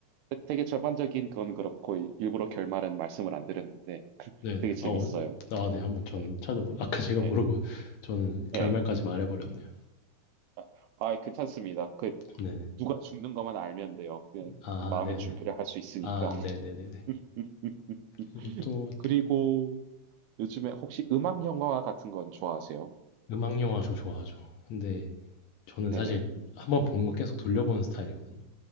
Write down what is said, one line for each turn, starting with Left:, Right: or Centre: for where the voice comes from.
Right: 되게 전반적인 건 그렇고 일부러 결말은 말씀을 안 드렸는데 <laughs>
Left: 네네.
Right: 되게 재밌어요.
Left: 아, 어, 아, 네. 한번 저는
Right: 예,
Left: 찾아보, 아까 제가 모르고
Right: 예,
Left: <laughs> 저는 결말까지
Right: 예.
Left: 말해버렸네요.
Right: 아, 아이, 괜찮습니다. 그
Left: 네네.
Right: 누가 죽는 것만 알면 돼요. 그
Left: 아,
Right: 마음의
Left: 네네.
Right: 준비를 할 수 있으니까.
Left: 아, 네네네네.
Right: <laughs>
Left: 그리고 또
Right: 그리고 요즘에 혹시 음악 영화 같은 건 좋아하세요?
Left: 음악 영화 저 좋아하죠. 근데 저는
Right: 네네.
Left: 사실 한번 본 거 계속 돌려보는 스타일이거든요.